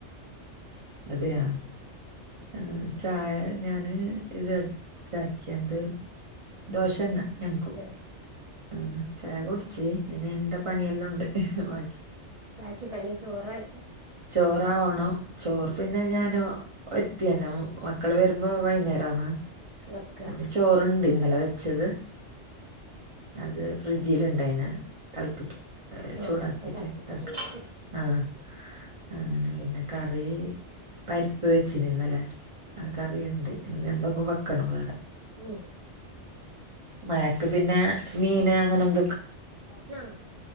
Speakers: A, on the right; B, on the right.
A: അതെയാ ആഹ് ചായ ഞാന് ഇത് ഇതാക്കിയത് ദോശ തന്നെ ഞങ്ങക്കും
B: ആ
A: ആഹ് ചായ കുടിച്ചു ഇച്ചിരി ഇങ്ങനെകണ്ട പണിയെല്ലാം ഒണ്ട് ബാക്കി.
B: ക്ക് പണി ചോറാക്കി
A: ചോറ് ആവുവാണോ ചോറ് പിന്നെ ഞാനൊ ഒരുത്തി തന്നെ. മക്കള് വരുമ്പോ വൈന്നേരവുന്ന്.
B: വെക്കുക
A: പിന്നെ ചോറുണ്ട് ഇന്നലെ വെച്ചത്. അത് ഫ്രിഡ്ജിലുണ്ടായിന്. തൾപ്പിച്ച്
B: ആ
A: ചൂടാക്കിട്ട്
B: അത് തിളപ്പിച്ചിട്ടുണ്ട്
A: ഇതാക്ക. ആഹ് അങ്ങനെ പിന്നെ കറി പരിപ്പ് വെച്ചീ നിന്നലെ. ആ കറിയ്ണ്ട്. ഇന്നെന്തെങ്കും വെക്കണം വേറെ.
B: ഉം.
A: മഴക്ക് പിന്നെ മീന് അങ്ങനെ എന്തൊക്ക,
B: ആഹ്